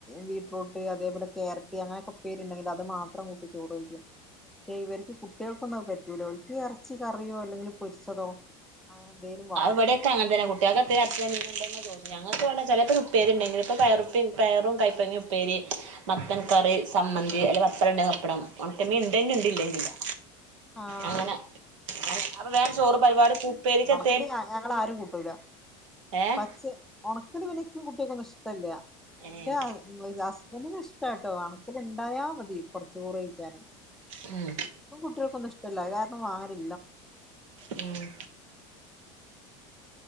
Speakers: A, in the centre; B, on the right (about 85°).
A: ബീട്രൂട്ട് അതേപോലെക്യാരറ്റ് അങ്ങനെയൊക്കെ ഉപ്പേരിണ്ടങ്കിൽ അത് മാത്രം. മാത്രം കൂട്ടി ചോറ് കഴിക്കും. പക്ഷേ ഇവർക്ക് കുട്ടികൾക്കൊന്നും അത് പറ്റൂല ഒര്ക്ക് ഇറച്ചി കറിയോ അല്ലെങ്കിലിൽ പൊരിച്ചതോ അങ്ങനെ എന്തേലും വേണം
B: അത് ഇവിടെക്കെ അങ്ങന തന്നെ കുട്ടിക്കെന്താങ്കിൽ ഇറച്ചിയൊ മീനോ ണ്ടാ ന്ന് ചോയ്ച്ചും. ഞങ്ങൾക്ക് ഇവടെ ചിലപ്പോൾ ഉപ്പേരി ഉണ്ടെങ്കിൽ ഇപ്പോ പയറുപെ പയറും കൈപ്പങ്ങ ഉപ്പേരി മത്തൻ കറി സം ച്ചമ്മന്തി അല്ലെങ്കിൽ പപ്പടം ണ്ടെങ്കിൽ പപ്പടം ഉണക്കമീൻ ഇണ്ടെങ്കിൽ ഉണ്ട് ഇല്ലെങ്കിൽ ഇല്ലാ.
A: ആഹ്
B: അങ്ങനെ അപ്പം വേം ചോറ് പരിപാടി ഉ പ്പേരിക്കത്തെ
A: <unintelligible> ഞങ്ങൾ ആരും കൂട്ടുല
B: ഏഹ്
A: പച്ചേ ഉണക്കൽ പിന്നെ ഇൻക്കും കുട്ടിയക്കൊന്നും ഇഷ്ടഇല്യ
B: ഏഹ്
A: എന്റെ ഹ ഹസ്ബന് ഇഷ്ടട്ടോ ഉണക്കൽ ഇണ്ടായ മതി. കുറച് ചോറെയ്ക്കാന്
B: ഉം
A: <unintelligible> ഇഷ്ടല്ലാ അത് കാരണം വാങ്ങലില്ല.
B: മ്